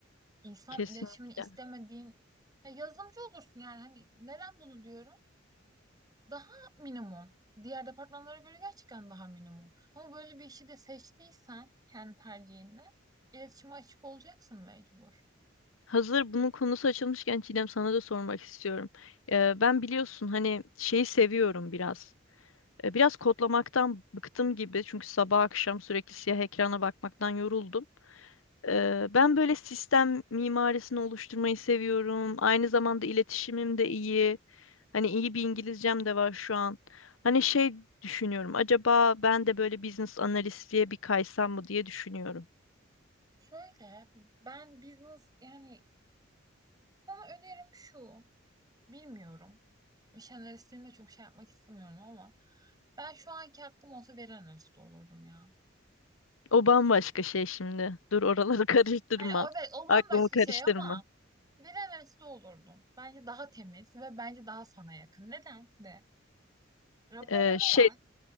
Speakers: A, on the right; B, on the left.
A: İnsan
B: Kesinlikle.
A: iletişimini istemediğin ya yazılımcı olursun yani hani neden bunu diyorum? Daha minimum. Diğer departmanlara göre gerçekten daha minimum. Ama böyle bir işi de seçtiysen kendi tercihinle iletişime açık olacaksın mecbur.
B: Hazır bunun konusu açılmışken Çiğdem sana da sormak istiyorum. Ee, ben biliyorsun hani şeyi seviyorum biraz. E, Biraz kodlamaktan bıktım gibi çünkü sabah akşam sürekli siyah ekrana bakmaktan yoruldum. E, Ben böyle sistem mimarisini oluşturmayı seviyorum. Aynı zamanda iletişimim de iyi. Hani iyi bir İngilizcem de var şu an. Hani şey düşünüyorum. Acaba ben de böyle business analistliğe bir kaysam mı diye düşünüyorum.
A: Şöyle ben business yani sana önerim şu. Bilmiyorum. İş analistliğini de çok şey yapmak istemiyorum ama ben şu anki hakkım olsa veri analisti olurdum ya.
B: O bambaşka şey şimdi. Dur oraları <laughs> karıştırma.
A: Hani o, evet, o bambaşka
B: Aklımı karıştırma.
A: şey ama veri analisti olurdum. Bence daha temiz ve bence daha sana yakın. Neden de? Raporlama
B: Ee, şey
A: var.